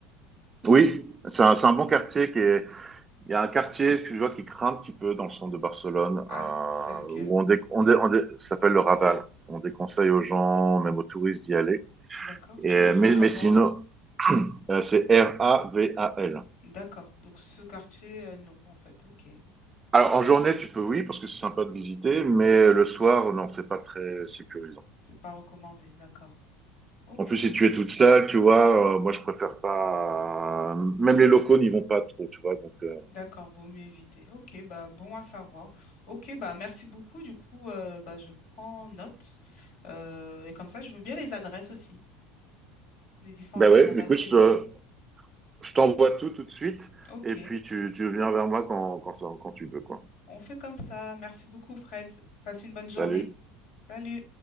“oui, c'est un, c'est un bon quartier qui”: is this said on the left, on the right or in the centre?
Right